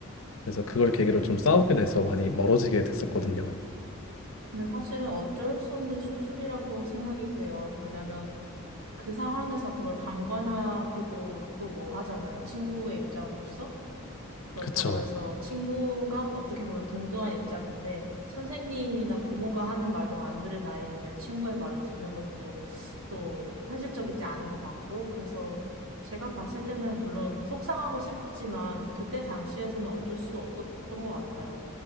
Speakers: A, on the left; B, on the right.
A: 그래서 그걸 계기로 좀 싸우게 돼서 많이 멀어지게 됐었거든요.
B: 근데 사실은 어쩔 수 없는 수순이라고 생각이 돼요. 왜냐면 그 상황에서 그걸 방관하기도 또 뭐 하잖아요. 친구의 입장으로서. 그렇다고
A: 그쵸?
B: 해서 친구가 어떻게 보면 동등한 입장인데 선생님이나 부모가 하는 말도 안 들을 나이인데 친구의 말을 듣는 것도 또 현실적이지 않은 것 같고 그래서 제가 봤을 때는 물론 속상하고 슬프지만 그때 당시에서는 어쩔 수 없었던 것 같아요.